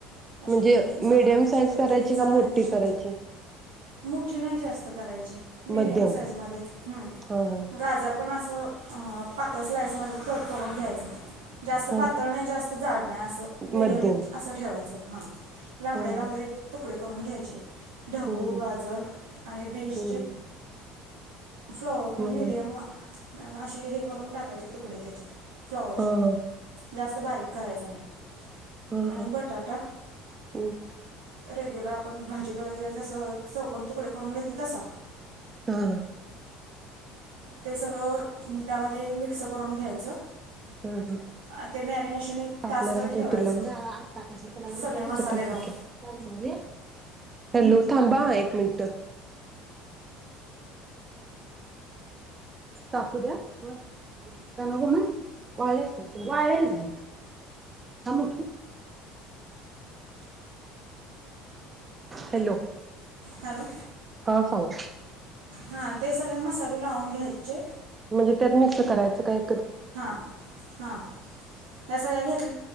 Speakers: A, on the right; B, on the right.
A: अशे
B: म्हणजे
A: एक एक इंचापर्यंतचे
B: मीडियम साईज
A: एक
B: करायची
A: दीड इंचापर्यंतचे
B: का मोठी करायची
A: मुठी नाही जास्त. कराय मीडियम
B: मध्यम
A: साईज मध्ये हम्म
B: हा हा
A: गाजर पण पण असं पातळ स्लाईस मध्ये कट करून घ्यायचं. जास्त
B: हा
A: पातळ नाही, जास्त जाड नाही असं
B: मध्यम
A: मिडियम असं ठेवायचं. च हा. लामबडे
B: हा
A: लामबडे
B: हा
A: तुकडे तुकडे करून घ्यायचे. ढबू,
B: हम्म
A: गाजर आणि बीन्सचे.
B: हम्म हम्म
A: फ्लॉवर पण
B: हम्म
A: मिडीयम असे हे करून टाकायचे तुकडे त्याच्यात. फ्लॉवरच्या
B: हा
A: पण,
B: हा
A: जास्त बारीक करायचा नाही.
B: हा
A: आणि
B: ह
A: बटाटा
B: हम्म.
A: रेग्युलर आपण भाजीला वगैरे जसं च कोण तुकडे करून घेतोय तसा.
B: हा हा
A: ते सगळं त्यामध्ये मिक्स करून घ्यायचं.
B: ह ह
A: आ, ते मॅरिनेशन एक
B: टाकणार
A: तासभर ठेवायचं
B: कोतुर ला <unintelligible>
A: सगळे मसाले लावून
B: हॅलो थांबा एक मिंट. टाकू द्या? काय नको म. वाळे असतील की? वाळलेलच हाइथ. थांब <unintelligible> हॅलो
A: हॅलो
B: ह सांग.
A: हा ते सगळे मसाले लावून घ्यायचे.
B: म्हणजे त्यात मिक्स करायचं काय
A: हा हा ह्या सगळ्या घेत